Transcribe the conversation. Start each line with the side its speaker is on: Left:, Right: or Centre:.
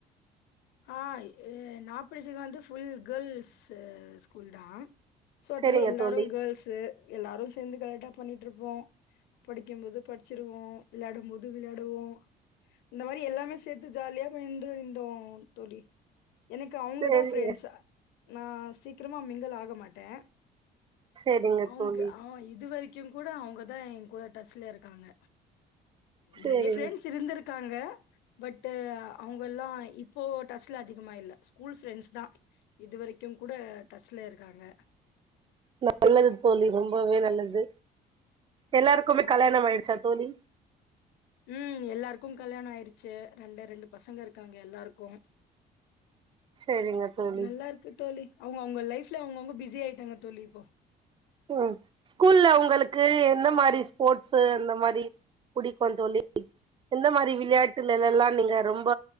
Left: ஆஏ நா படிச்சது வந்து ஃபுல் கேள்ஸு ஸ்கூல்தா சோ அதனால
Right: சேரிங்க
Left: எல்லாரு
Right: தோழி
Left: கேள்ஸு எல்லாரு சேந்து கல்ட்டா பண்ணிட்ருப்போ படிக்கம் போது பட்ச்சிருவோ விள்ளயாடம் போது விள்யாடுவோ இந்த மாரி எல்லாமே சேத்து ஜால்யா போய்ன்ருந்தோ தோழி எனக்கு அவ்ங்கதா
Right: சேரிங்க
Left: ஃப்ரெண்ட்ஸ நா சீக்கிரமா மிங்கல் ஆக மாட்டே
Right: சேரிங்க
Left: அவ்ங்க
Right: தோழி
Left: அவ இதுவரி க்கு கூட அவுங்கதா ஏ கூட டச்ல இருக்காங்க
Right: சேரிங்க
Left: நெற்ய ஃப்ரெண்ஸ் இருந்துரு காங்க பட்டு அவுங்கல்லா இப் போ டஸ்ல அதிகமா இல்ல ஸ்கூல் ஃப்ரெண்ட்ஸ் தா இதுவரைக்கு கூட டஸ்ல இருக்காங்க
Right: நல்லது தோழி ரொம்பவே நல்லது எல்லாருக்குமே கல்யாணம் ஆயிடுச்சா தோழி
Left: ம் எல்லாருக்கு கல்யாண ஆயிருச்சு ரெண்டு ரெண்டு பசங்க இருக்காங்க எல்லாருக்கு
Right: சேரிங்க தோழி
Left: நல்லா இருக்கு தோழி அவுங்க அவுங்க லைஃப்ல அவுங்கவுங்க பிஸி ஆயிட்டாங்க தோழி இப்போ
Right: ம் ஸ்கூல்ல உங்களுக்கு எந்த மாரி ஸ்போர்ட்ஸு அந்த மாரி பிடிக்கூ தோழி எந்த மாரி விளையாட்டுல எல்லா நீங்க ரொம்ப